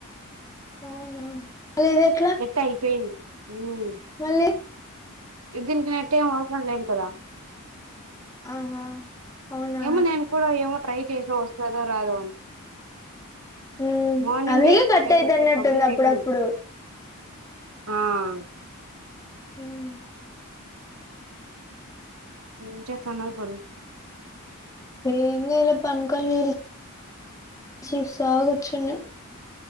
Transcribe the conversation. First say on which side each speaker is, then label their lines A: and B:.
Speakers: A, on the left (about 15°); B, on the right (about 80°).
A: అవునా మళ్ళీ ఇది ఎట్లా
B: ఎట్ట అయిపోయింది ఉమ్
A: మళ్ళీ
B: ఇద్దనికి న టైం వసం లేను కదా
A: ఆహా అవునా
B: ఏమో నేన్ కూడా ఏమో ట్రై చేసే వస్తుందో రాదు అని
A: ఉ
B: మార్నింగే
A: అందుకే కట్
B: టెన్
A: అయితు అన్నట్టుంది
B: కంప్లీట్
A: అప్పుడప్పుడు
B: అయిపోయింది ఆ ఉమ్
A: ఉమ్,
B: ఎమ్ చెస్టునావ్ ఇపుడు
A: ఎమ్ చెయ్లే పంకల్ రీల్ సుస్సా కూచున్న